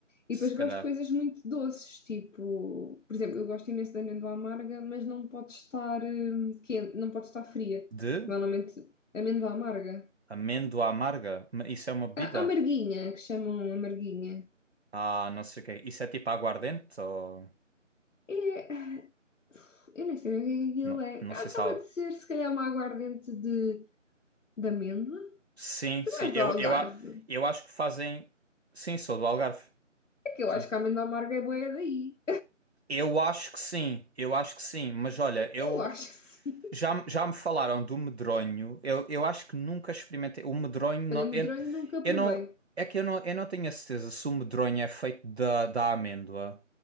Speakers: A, on the left; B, on the right.
A: E depois
B: calhar.
A: gosto de coisas muito doces, tipo, por exemplo, eu gosto imenso de amêndoa amarga, mas não pode estar hum, quente, não pode estar fria.
B: De
A: Normalmente, amêndoa amarga.
B: amêndoa amarga? Ma- Isso é uma bebida?
A: A a amarguinha, que chamam amarguinha.
B: Ah, não sei o quê. Isso é tipo aguardente ou...
A: É, eu nem sei o que é que aquilo
B: Não,
A: é.
B: não
A: Ah,
B: sei
A: Acaba
B: se há...
A: de ser, se calhar, uma aguardente de, de amêndoa.
B: Sim,
A: Tu
B: sim.
A: não és do
B: Eu,
A: Algarve.
B: eu, a- eu acho que fazem... Sim, sou do Algarve.
A: É que eu
B: Sim.
A: acho que a amêndoa amarga é boa daí.
B: Eu acho que sim, eu acho que sim, mas olha, eu
A: Eu acho que sim.
B: Já, me- já me falaram do medronho. Eu, eu acho que nunca experimentei. O medronho não,
A: Olha, medronho
B: eu,
A: nunca provei.
B: eu não. É que eu não, eu não tenho a certeza se o medronho é feito da, da amêndoa.